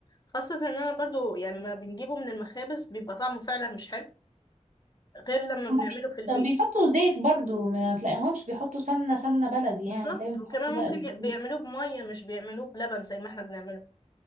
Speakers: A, on the left (about 35°); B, on the right (about 80°).
A: خاصة ان انا برضو يعني ما بنجيبه من المخابز بيبقى طعمه فعلا مش حلو غير لما
B: هما
A: بنعمله
B: بي-
A: في البيت
B: طب بيحطوا زيت برضو ما تلاقيهمش بيحطوا سمنة سمنة بلدي يعني
A: بالظبط
B: تلاقيهم بيحطوا
A: وكمان ممكن
B: بقى زيت
A: ي- بيعملوه بمية مش بيعملوه بلبن زي ما احنا بنعمله